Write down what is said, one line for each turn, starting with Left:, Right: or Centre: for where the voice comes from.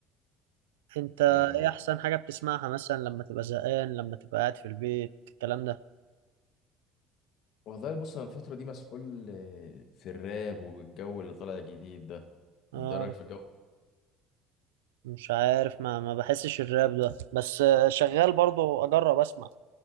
Right: انت
Left: أه
Right: ايه احسن حاجه بتسمعها مثلا لما تبقى زهقان لما تبقى قاعد في البيت الكلام ده
Left: والله بص انا الفتره دي مسحول آه، في الراب والجو اللي طالع جديد ده
Right: اه
Left: انت إيه رايك في الجو
Right: مش عارف ما ما بحسش الراب ده بس آه، شغال برضو اجرب اسمع